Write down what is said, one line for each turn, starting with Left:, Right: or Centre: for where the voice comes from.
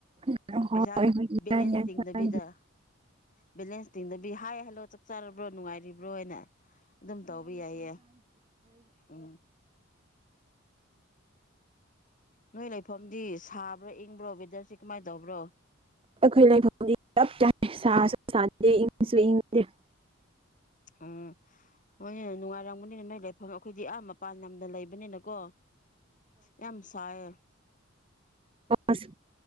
Right: ꯑꯩꯈꯣꯏ
Left: ꯄꯩꯁꯥ ꯕꯤꯂꯦꯟꯁ ꯇꯤꯡꯗꯕꯤꯗ ꯕꯦꯂꯦꯟꯁ ꯇꯤꯡꯗꯕꯤ ꯍꯥꯏ ꯍꯜꯂꯣ ꯆꯥꯛ ꯆꯥꯔꯕ꯭ꯔꯣ ꯅꯨꯡꯉꯥꯏꯔꯤꯕ꯭ꯔꯣ ꯍꯥꯏꯅ ꯑꯗꯨꯝ ꯇꯧꯕ ꯌꯥꯏꯌꯦ ꯎꯝ ꯅꯣꯏ ꯂꯩꯐꯝꯗꯤ ꯁꯥꯕ꯭ꯔꯣ ꯏꯪꯕ꯭ꯔꯣ ꯋꯦꯗꯔꯁꯤ ꯀꯃꯥꯏ ꯇꯧꯕ꯭ꯔꯣ
Right: ꯑꯩꯈꯣꯏ ꯂꯩꯐꯝꯗꯤ ꯆꯞ ꯆꯥꯢ ꯁꯥꯁꯨ ꯁꯥꯗꯦ ꯏꯪꯁꯨ ꯏꯪꯗꯦ <inaudible>
Left: ꯎꯪ ꯍꯣꯏꯅꯦ ꯅꯨꯡꯉꯥꯏꯔꯝꯒꯅꯤꯅꯦ ꯅꯣꯏ ꯂꯩꯐꯝ ꯑꯩꯈꯣꯏꯗꯤ ꯑꯥ ꯃꯄꯥꯟ ꯂꯝꯗ ꯂꯩꯕꯅꯤꯅꯀꯣ ꯌꯥꯝ ꯁꯥꯢꯌꯦ
Right: ꯑꯁ